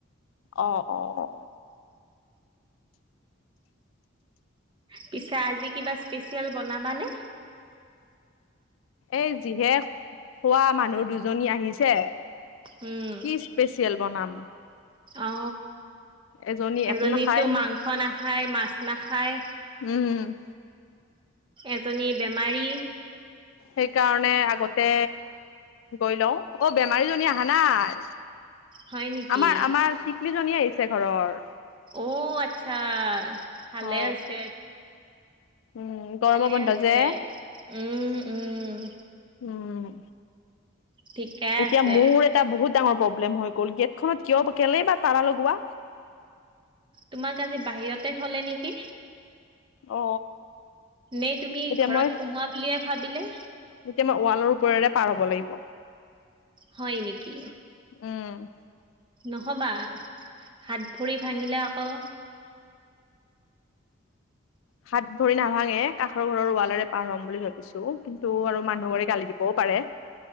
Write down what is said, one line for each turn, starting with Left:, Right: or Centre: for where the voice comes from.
Left: অ অ অ
Right: পিছে আজি কিবা স্পেচিয়েল বনাবানে?
Left: এই যিহে খোৱা মানুহ দুজনী আহিছে
Right: উম,
Left: কি স্পেচিয়েল, বনাম।
Right: অ
Left: এজনী
Right: এজনীতো
Left: একো নাখায়
Right: মাংস নাখায়, মাছ নাখায়।
Left: উম
Right: এজনী বেমাৰী।
Left: সেইকাৰণে আগতে গৈ লও, অ বেমাৰীজনী আহা নাই।
Right: হয় নেকি?
Left: আমাৰ আমাৰ টিকলিজনী আহিছে ঘৰৰ।
Right: অ' আচ্ছা। ভালে
Left: অ,
Right: হৈছে
Left: উম গৰমৰ
Right: ভালে
Left: বন্ধ
Right: হৈছে।
Left: যে।
Right: উম উম
Left: উম,
Right: ঠিকে
Left: এতিয়া
Right: আছে
Left: মোৰ এটা বহুত ডাঙৰ প্ৰব্লেম হৈ গ'ল গেট খনত কিয় কেলেই বা তালা লগোৱা,
Right: তোমাক আজি বাহিৰতে থলে নেকি,
Left: অ
Right: নে তুমি
Left: এতিয়া
Right: ঘৰত
Left: মই
Right: সোমোৱা বুলিয়ে ভাবিলে?
Left: এতিয়া মই ৱালৰ ওপৰেৰে পাৰ হ'ব লাগিব।
Right: হয় নিকি?
Left: উম।
Right: নহ'বা, হাত-ভৰি ভাঙিলে আকৌ
Left: হাত-ভৰি নাভাঙে, কাষৰ ঘৰৰ ৱালেৰে পাৰ হ'ম বুলি ভাবিছো কিন্তু আৰু মানুহ ঘৰে গালি দিবও পাৰে।